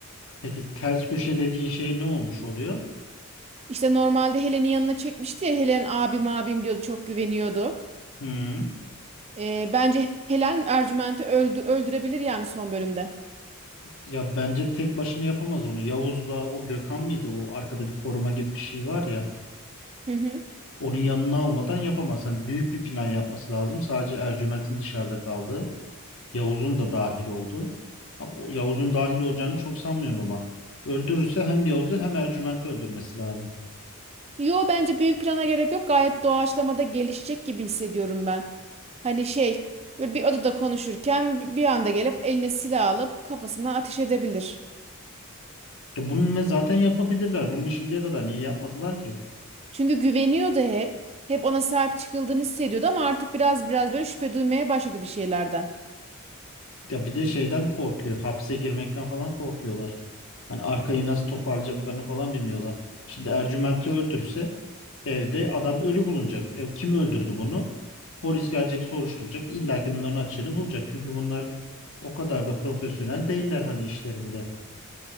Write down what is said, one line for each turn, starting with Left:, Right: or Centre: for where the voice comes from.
Left: Peki ters köşe dediğin şey ne olmuş oluyor?
Right: İşte normalde Helen'in yanına çekmişti ya Helen abim abim diyordu çok güveniyordu.
Left: Hı.
Right: E, bence Helen Ercüment'i öldü- öldürebilir yani son bölümde.
Left: Ya bence tek başına yapamaz onu. Yavuz'la o Gökhan mıydı? O arkada bir koruma gibi bir şey var ya.
Right: Hı hı.
Left: Onun yanına almadan yapamaz. Hani büyük bir plan yapması lazım. Sadece Ercüment'in dışarıda kaldığı. Yavuz'un da dahil olduğu. Ha, o Yavuz'un dahil olacağını çok sanmıyorum ama. Öldürürse hem Yavuz'u hem Ercüment'i öldürmesi lazım.
Right: Yo bence büyük plana gerek yok. Gayet doğaçlamada gelişecek gibi hissediyorum ben. Hani şey böyle bir odada konuşurken bi- bir anda gelip eline silah alıp kafasına ateş edebilir.
Left: Ya bunu ne zaten yapabilirler. Bunu şimdiye kadar niye yapmadılar ki?
Right: Çünkü güveniyordu hep. Hep ona sahip çıkıldığını hissediyordu ama artık biraz biraz böyle şüphe duymaya başladı bir şeylerden.
Left: Ya bir de şeyden korkuyor. Hapse girmekten falan korkuyorlar. Hani arkayı nasıl toparlayacaklarını falan bilmiyorlar. Şimdi Ercüment'i öldürse Evde adam ölü bulunacak. E, kim öldürdü bunu? Polis gelecek soruşturacak. İlla ki bunların açığını bulacak. Çünkü bunlar o kadar da profesyonel değiller hani işlerinde.